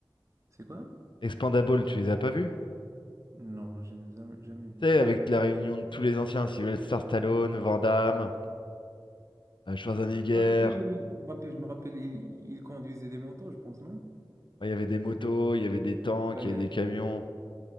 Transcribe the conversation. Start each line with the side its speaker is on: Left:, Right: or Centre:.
Right: C'est quoi?
Left: Expandable, tu les as pas vus?
Right: Non, je n'ai jamais, jamais vu
Left: Tu sais,
Right: ça.
Left: avec la réunion de tous les anciens, Sylvester Stallone, Van Damme, euh, Schwarzenegger,
Right: Ah oui, oui, je me rappelle, je me rappelle, il, il conduisait des motos, je pense, non?
Left: ouais, il y avait des motos, il y avait des tanks,
Right: Ouais,
Left: il y avait
Right: ouais.
Left: des camions.